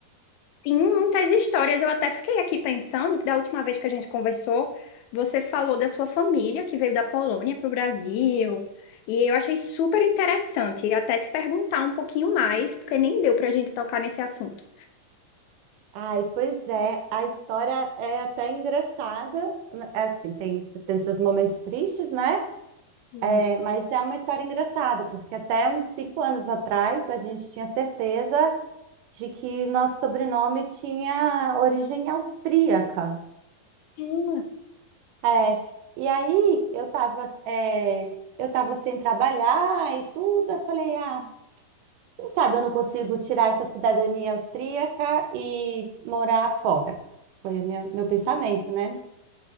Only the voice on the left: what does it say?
Sim, muitas histórias. Eu até fiquei aqui pensando que da última vez que a gente conversou, você falou da sua família que veio da Polônia para o Brasil. E eu achei super interessante até te perguntar um pouquinho mais, porque nem deu para a gente tocar nesse assunto.
Hum.
Hum,